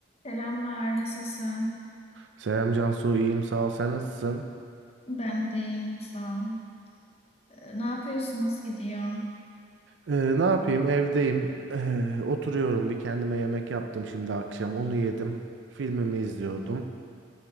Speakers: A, on the left; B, on the right.
A: Selamlar, nasılsın?
B: Selam Cansu, iyiyim sağ ol. Sen nasılsın?
A: Ben de iyiyim, sağ ol. Ee, Ne yapıyorsun, nasıl gidiyor?
B: Ee, ne yapayım? Evdeyim. Ee, oturuyorum. Bir kendime yemek yaptım şimdi akşam. Onu yedim. Filmimi izliyordum.